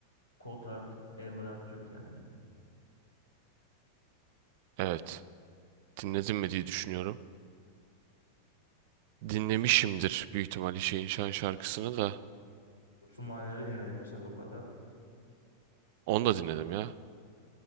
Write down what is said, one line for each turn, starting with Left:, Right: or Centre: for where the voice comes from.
Left: Kotart, Emrah Türken mi?
Right: Evet. Dinledim mi diye düşünüyorum. Dinlemişimdir büyük ihtimalle şeyin şan şarkısını da.
Left: Avutsun mahaneleri dinledin mi Sagopa'dan?
Right: Onu da dinledim ya.